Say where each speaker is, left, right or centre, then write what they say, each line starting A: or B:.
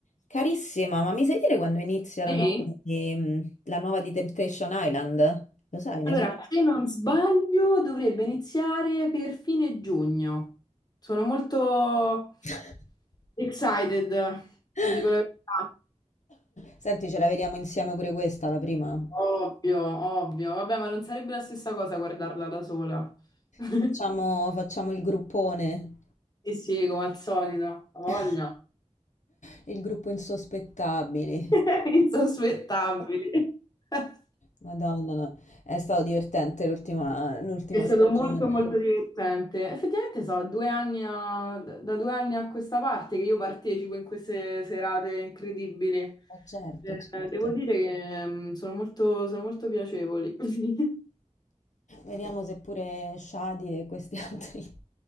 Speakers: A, on the left; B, on the left.
A: Carissima, ma mi sai dire quando inizia la
B: Sì?
A: nuova di, mm, la nuova di Temptation Island? Lo sai,
B: Allora,
A: ne sai?
B: se non sbaglio, dovrebbe iniziare per fine giugno. Sono molto
A: <coughs>
B: excited,
A: <laughs>
B: ti dico la verità.
A: Senti, ce la vediamo insieme pure questa, la prima.
B: Ovvio, ovvio. Vabbè, ma non sarebbe la stessa cosa guardarla da sola. <laughs>
A: Facciamo, facciamo il gruppone.
B: Sì, sì, come al solito, ha voglia.
A: <laughs> Il gruppo insospettabili.
B: <laughs> Insospettabili. <laughs>
A: Madonna, no. È stato divertente l'ultima l'ultima
B: È stato
A: stagione.
B: molto molto divertente. Effettivamente so, due anni a- da due anni a questa parte che io partecipo in queste serate incredibili.
A: Eh, certo,
B: Eh,
A: certo.
B: devo dire che mm, sono molto, sono molto piacevoli. <laughs>
A: Vediamo se pure Shadi e questi <laughs> altri